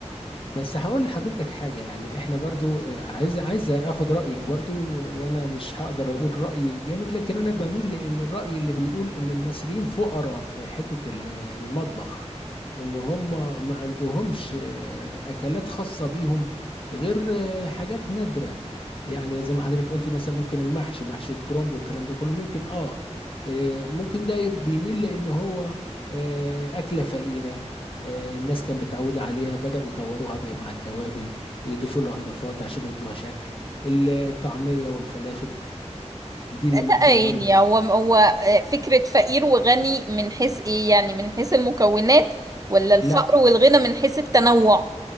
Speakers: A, on the left; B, on the right.
A: بس هقول لحضرتك حاجة يعني احنا برضو آه، عايز عايز اخد رأيك برضو آه، وانا مش هقدر اقول رأي جامد لكن انا بميل لان الرأي اللي بيقول ان المصريين فقراء في حتة ال- المطبخ ان هم ما عندهمش آه، اكلات خاصة بيهم غير آه، حاجات نادرة يعني زي ما حضرتك قلتي مثلا ممكن المحشي محشي الكرنب والكلام ده كله ممكن اه آه، ممكن ده بيميل لان هو آه، أكلة فقيرة آه، الناس كانت متعودة عليها بدأوا يطوروها بقى مع التوابل يضيفوا لها إضافات عشان يدوها شكل ال- الطعمية والفلافل دي اللي
B: لا
A: ممكن
B: يعني
A: برضه
B: هو هو آه، فكرة فقير وغني من حيث ايه يعني من حيث المكونات ولا الفقر
A: لا
B: والغنى من حيث التنوع